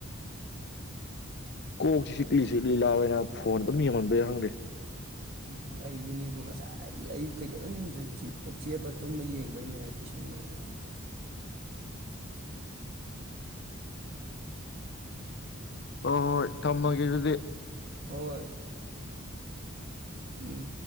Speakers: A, on the left; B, on the right.
A: ꯀꯣꯛꯁꯤ ꯁꯤꯛꯂꯤ ꯁꯤꯛ ꯂꯤꯂꯥꯑꯣ ꯑꯣꯏꯅ ꯐꯣꯟ ꯑꯗꯨꯝ ꯌꯦꯡꯍꯟꯕ ꯌꯥꯏ ꯈꯪꯗꯦ
B: ꯎ ꯑꯩ ꯌꯨꯅꯤꯕꯨ ꯉꯁꯥꯏ ꯑꯌꯨꯛꯇ ꯈꯤ ꯑꯗꯨꯝ ꯆꯦꯠꯄ ꯇꯨꯝꯕ ꯌꯦꯡꯕꯩꯅꯦ ꯄꯤꯁꯟꯕ ꯌꯥꯗ꯭ꯔꯦ
A: ꯑꯣ ꯇꯃ ꯀꯗꯤ
B: ꯍꯣꯏꯣꯏ ꯎꯝ